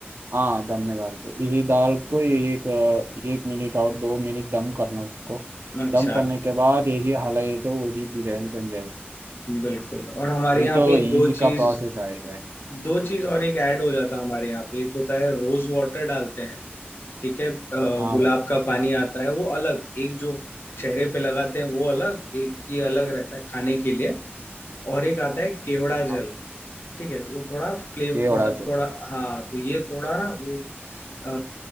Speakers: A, on the right; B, on the left.
A: हाँ दम में डालते हो। यही दाल को यही एक एक मिनट और दो मिनट दम करना उसको
B: अच्छा
A: दम करने के बाद यही हलाई तो वही बिरयानी बन जाएगी
B: बिल्कुल और हमारे
A: यही
B: यहाँ
A: तो
B: पे
A: इजी
B: दो चीज
A: का प्रोसेस आएगा भाई
B: दो चीज और एक ऐड हो जाता है हमारे यहाँ पे एक होता है रोज वाटर डालते हैं ठीक है अ,
A: हाँ
B: गुलाब
A: भाई
B: का पानी आता है वो अलग एक जो चेहरे पे लगाते हैं वो अलग एक ये अलग रहता है खाने के लिए और एक आता है केवड़ा
A: हाँ,
B: जल ठीक है वो थोड़ा फ्लेवर
A: के उड़ा
B: मतलब
A: चुन
B: थोड़ा हाँ तो ये थोड़ा ना वो अ,